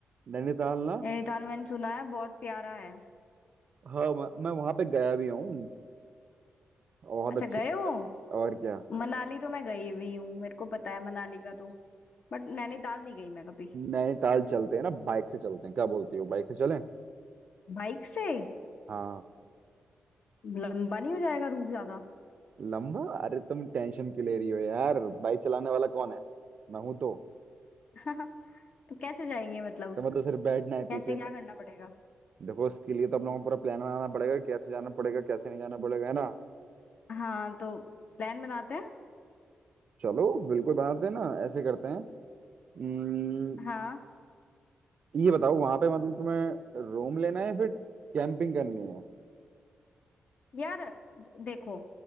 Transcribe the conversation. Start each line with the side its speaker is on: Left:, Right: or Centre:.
Right: नैनीताल ना
Left: नैनीताल मैंने सुना है बहुत प्यारा है
Right: हाँ मैं, मैं वहां पे गया भी हूँ बहुत
Left: अच्छा
Right: अच्छी
Left: गए हो
Right: और क्या
Left: मनाली तो मैं गई हुई हूँ मेरे को पता है मनाली का तो बट नैनीताल नहीं गई मैं कभी
Right: नैनीताल चलते हैं ना बाइक से चलते हैं क्या बोलती हो बाइक से चलें
Left: बाइक से
Right: हाँ
Left: लंबा नहीं हो जाएगा रूट ज्यादा
Right: लंबा अरे तुम टेंशन क्यों ले रही हो यार बाइक चलाने वाला कौन है मैं हूं तो
Left: <laughs> तो कैसे जाएंगे मतलब
Right: तुम्हें तो सिर्फ बैठना है पीछे
Left: कैसे क्या करना पड़ेगा
Right: देखो इसके लिए तो हम लोगों को पूरा प्लान बनाना पड़ेगा कैसे जाना पड़ेगा कैसे नहीं जाना पड़ेगा है ना
Left: हाँ तो प्लान बनाते हैं
Right: चलो बिल्कुल बनाते हैं ना ऐसे करते हैं उम्म,
Left: हाँ
Right: ये बताओ वहां पे मतलब तुम्हें रूम लेना है या फिर कैंपिंग करनी है
Left: यार देखो